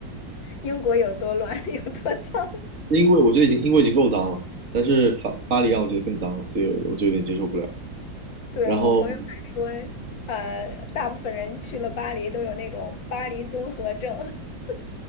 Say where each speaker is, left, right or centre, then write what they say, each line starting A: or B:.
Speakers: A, on the left; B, on the right.
A: 英国有多乱，<laughs> 有多脏。
B: 英国我觉得已经英国已经够脏了，但是法巴黎让我觉得更脏，所以我我就有点接受不了。
A: 对，
B: 然后
A: 我朋友还说，呃，大部分人去了巴黎都有那种巴黎综合症。<laughs>